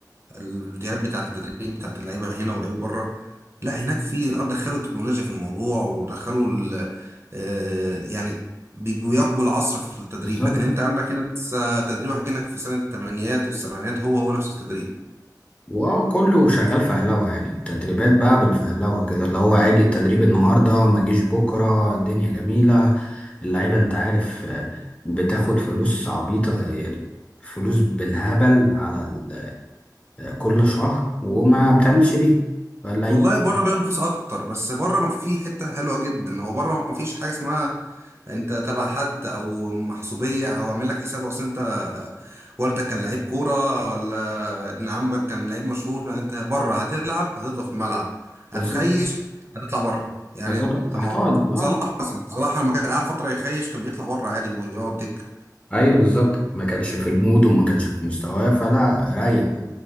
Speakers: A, on the right; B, on the left.
A: الفيديوهات بتاعة التدريب بتاعة اللعيبة هنا واللعيبة بره لا هناك في اه دخلوا التكنولوجيا في الموضوع ودخلوا ال- آه، يعني بي- بيواكبوا العصر في التدريب
B: بالظبط
A: لكن انت عندك هنا لسه تدريبك كأنك في سنة الثمانينات والسبعينات هو هو نفس التدريب
B: واه كله شغال فهلوة يعني تدريبات بقى بالفهلوة كده اللي هو اجي التدريب النهاردة ما جيش بكرة الدنيا جميلة اللعيبة انت عارف آه، بتاخد فلوس عبيطة يعني فلوس بالهبل على ال- آه، كل شهر وما بتعملش بيها اللعيب
A: والله
B: بس
A: بره بياخدوا فلوس اكتر بس بره ما في حته حلوه جدا هو بره ما فيش حاجه اسمها انت تبع حد او محسوبيه او عامل لك حساب اصل انت والدك كان لعيب كوره ولا ابن عمك كان لعيب مشهور لا انت بره هتلعب هتفضل في الملعب هتخيش
B: بالظبط
A: هتطلع بره يعني
B: بالظبط
A: طب
B: هتقعد
A: ما هو
B: اه
A: صلاح مثلا صلاح لما كان قاعد فتره يخيش كان بيطلع بره عادي ويقعد دكه
B: ايوه بالظبط ما كانش في المود وما كانش في مستواه فلا ريح بقى